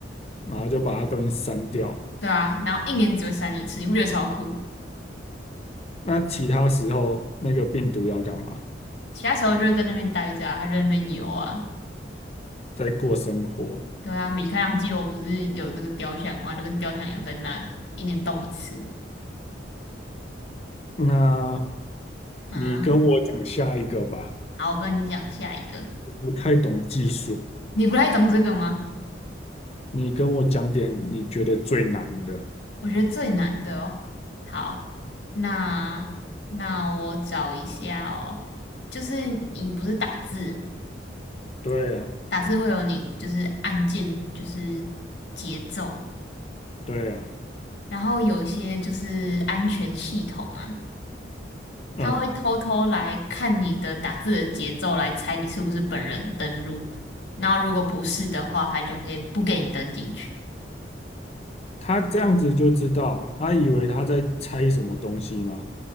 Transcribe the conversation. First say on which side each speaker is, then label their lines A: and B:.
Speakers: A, on the left; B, on the left.
A: 然后就把它东西删掉。
B: 对啊，然后一年只会删一次，你不觉得超酷？
A: 那其他时候那个病毒要干嘛？
B: 其他时候就是在那边待着啊，他就在那边游啊。
A: 在过生活。
B: 对啊，米开朗基罗不是有那个雕像吗？就跟雕像一样在那里，一年动一次
A: 那你跟我讲下一个吧。
B: 啊。好，我跟你讲下一个，
A: 不太懂技术，
B: 你不太懂这个吗？
A: 你跟我讲点你觉得最难的。
B: 我觉得最难的哦。好，那那我找一下哦，就是你不是打字，
A: 对啊，
B: 打字会有你就是按键，就是节奏，
A: 对啊，
B: 然后有一些就是安全系统啊。
A: 嗯，
B: 他会偷偷来看你的打字的节奏，来猜你是不是本人登录。然后如果不是的话，他就会不给你登进去。
A: 他这样子就知道啊他以为他在猜什么东西吗？